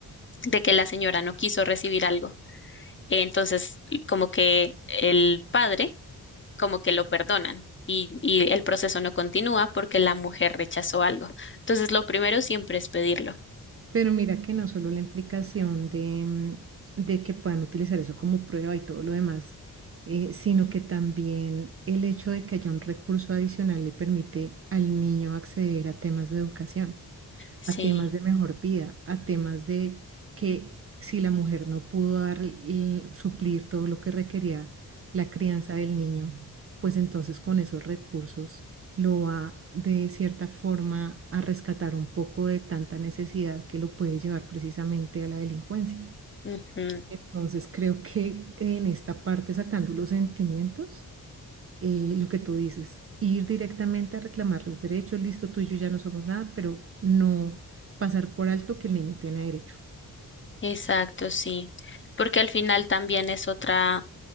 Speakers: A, on the left (about 30°); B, on the right (about 35°).
A: de que la señora no quiso recibir algo. Entonces, como que el padre, como que lo perdonan y, y el proceso no continúa porque la mujer rechazó algo. Entonces, lo primero siempre es pedirlo.
B: Pero mira que no solo la implicación de, mm, de que puedan utilizar eso como prueba y todo lo demás, eh, sino que también el hecho de que haya un recurso adicional le permite al niño acceder a temas de educación,
A: Sí,
B: a temas de mejor vida, a temas de que si la mujer no pudo dar y suplir todo lo que requería la crianza del niño, pues entonces con esos recursos lo va de cierta forma a rescatar un poco de tanta necesidad que lo puede llevar precisamente a la delincuencia.
A: ujú,
B: Entonces creo que en esta parte sacando los sentimientos, eh, lo que tú dices, ir directamente a reclamar los derechos, listo, tú y yo ya no somos nada, pero no pasar por alto que el niño tiene derecho.
A: Exacto, sí. Porque al final también es otra.